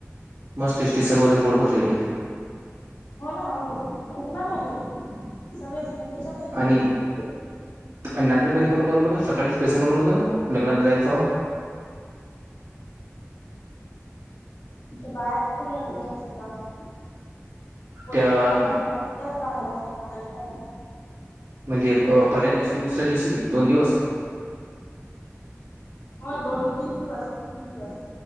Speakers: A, on the right (about 85°); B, on the left (about 80°).
A: मस् टेस्टी सर्वज पड बरेवली.
B: हो ना उरला नाही लगे सगळेच नाही. त्याच्यातच जेवले
A: आणि नांदेडमध्ये कोण बरवून होत सकाळीच बेसन बरवून होतं ना. लग्नाला जायचो
B: ते बाहेर ठला र जा बाघा बोलायच्या
A: त्या
B: लग्नात पण आता त्याच बा आहे असहेपाकायला पाहिजे
A: म्हणजे पहिल्या दिवशी म दुसऱ्या दिवशी मी दोन दिवस
B: ह दोन तीन दिवस तीन दिवस